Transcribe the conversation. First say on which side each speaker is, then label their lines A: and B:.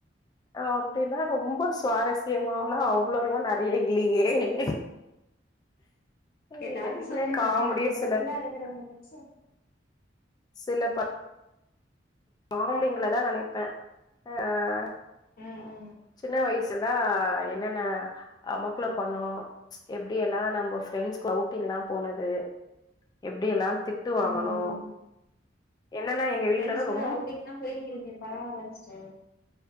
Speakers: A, on the left; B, on the left.
A: அப்டின்னா ரொம்ப சுவாரஸ்யமால்லா அவ்ளோவுளா நெறைய இல்ல ஏய் ஏய்
B: ஏதாவது
A: என்ன
B: சொல்லுங்க
A: காம்மடியே
B: நல்ல மெமரபிளா
A: சிலப்
B: இருக்கிற மூமெண்ட்ஸ
A: சிலப் பாம்பிங்கள தா நெனைப்பே அஹ்
B: ஆ ஆ
A: சின்ன வயசு எல்லா என்னென்ன அமக்குள பண்னோ எப்டி எல்லா நம்ம ப்ரெண்ஸ் கூட அவுட்டிங்லா போனது எப்டி எல்லா திட்டு வாங்கனோ
B: ம் ம்
A: என்னென்னா எங்க வீட்லலா
B: ஃப்ரெண்ட்ஸ்
A: ரொ
B: அவுட்டிங்லா போயிருக்கீங்க பரவால சிஸ்டர்